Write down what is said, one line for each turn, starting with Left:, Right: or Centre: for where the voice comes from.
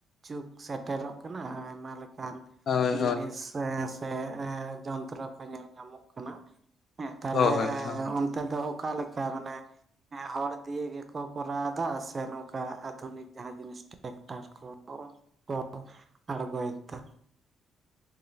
Right: ᱡᱩᱜᱽ ᱥᱮᱴᱮᱨᱚᱜ ᱠᱟᱱᱟ ᱟᱭᱢᱟ ᱞᱮᱠᱟᱱ ᱾
Left: ᱦᱳᱭ ᱦᱳᱭ
Right: ᱡᱤᱱᱤᱥ ᱥᱮ - ᱥᱮ ᱮᱸ ᱡᱚᱱᱛᱨᱚ ᱠᱚ ᱧᱮᱞ ᱧᱟᱢᱚᱜ ᱠᱟᱱᱟ ᱾ ᱦᱮᱸ ᱛᱟᱞᱦᱮ
Left: ᱦᱳᱭ ᱦᱳᱭ
Right: ᱚᱱᱛᱮ ᱫᱚ ᱚᱠᱟᱞᱮᱠᱟ ᱢᱟᱱᱮ ᱮᱸ ᱦᱚᱲ ᱫᱤᱭᱮ ᱜᱮᱠᱚ ᱠᱚᱨᱟᱣ ᱫᱟ ᱥᱮ ᱱᱚᱝᱠᱟ ᱟᱫᱷᱩᱱᱤᱠ ᱡᱟᱦᱟᱸ ᱡᱤᱱᱤᱥ ᱴᱨᱮᱠᱴᱟᱨ ᱠᱚ? ᱠᱚ ᱟᱲᱜᱚᱭᱮᱫᱟ